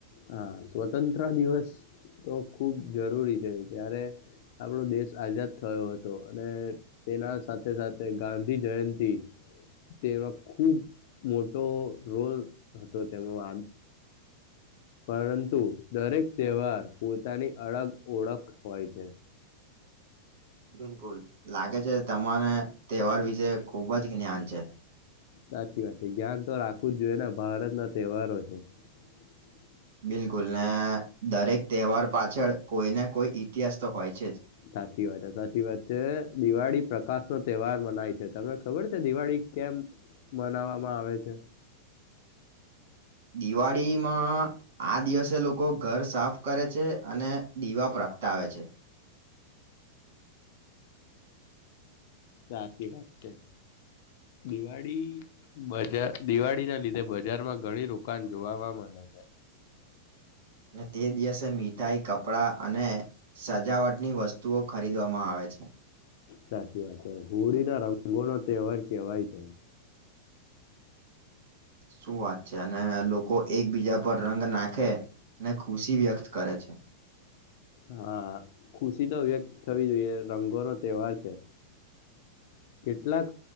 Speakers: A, on the left; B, on the right.
A: હા, સ્વતંત્ર દિવસ તો ખુબ જરૂરી છે ત્યારે. આપણો દેશ આઝાદ થયો હતો અને તેના સાથે સાથે ગાંધી જયંતી તેમાં ખુબ મોટો રોલ હતો તેમનો આન. પરંતુ, દરેક તેહવાર, પોતાની અળગ ઓળખ હોય છે.
B: બિલકુલ, લાગે છે તમરે તેહવાર વિશે ખુબ જ જ્ઞાન છે?
A: સાચી વાત છે, જ્ઞાન તો રાખવું જ જોયે ને ભારત ના તેહવારો છે. <inaudible>
B: બિલકુલ, ને દરેક તેહવાર પાછળ કોઈને કોઈ ઈતિહાસ તો હોય છે જ.
A: સાચી વાતે સાચી વાત છે, દિવાળી પ્રકાશ નો તેહવાર મનાય છે, તમને ખબર છે દિવાળી કેમ મનાવામાં આવે છે?
B: દિવાળીમાં આ દિવસે લોકો ઘર સાફ કરે છે અને દીવા પ્રગટાવે છે.
A: સાચી વાત છે. દિવાળી બજાર દિવાળી ના લીધે બજારમાં ઘણી રુકાણ જોવામાં મળે છે. હ
B: ને તે દિવસે મીઠાઈ, કપડાં અને સજાવટની વસ્તુઓ ખરીદવામાં આવે છે
A: સાચી વાત છે, હોળી ને રંગો નો તેહવાર કેહવાય છે.
B: શું વાત છે! અને લોકો એકબીજા ઉપર રંગ નાખે ને ખુશી વ્યક્ત કરે છે.
A: હા ખુશી તો વ્યક્ત થવી જોઈએ, રંગો નો તેહવાર છે. કેટલાક